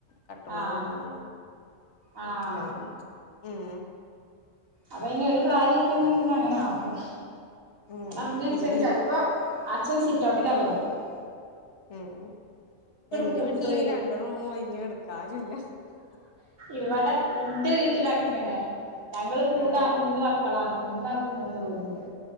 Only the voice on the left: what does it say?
കട്ടിൽ മേൽ
കിടന്നാല്
പറ്റില്ലാന്ന് പറഞ്ഞിട്ട് ഉം
ഉം
പിന്നെ
ഉം എന്റെ
വീട്ടില് രണ്ട് റൂം ഒഴിഞ്ഞെടുക്കാറില്ല ആരൂല്ല
ആഹ്